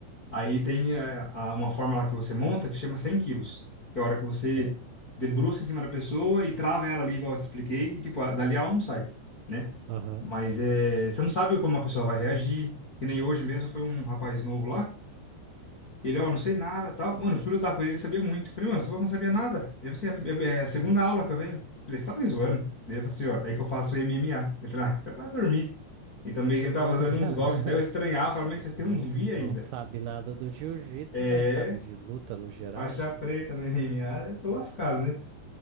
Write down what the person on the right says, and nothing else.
Sei.
Aham.
Hum.
<laughs>
Não,
não,
s-
não sabe nada do jiu-jitsu,
mas sabe de luta no geral,
então.